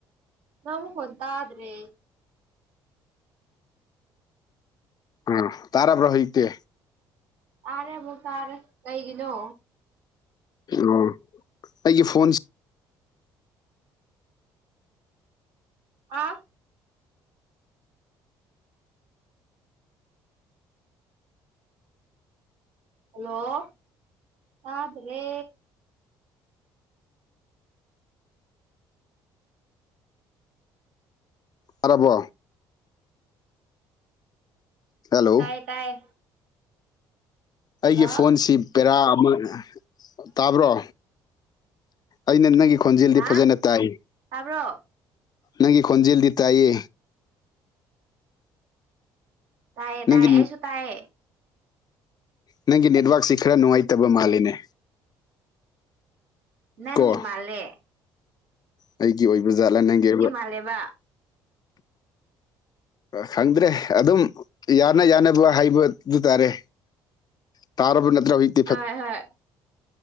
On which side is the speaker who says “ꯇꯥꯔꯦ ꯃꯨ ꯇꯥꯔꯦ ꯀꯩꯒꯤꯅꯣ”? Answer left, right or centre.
Right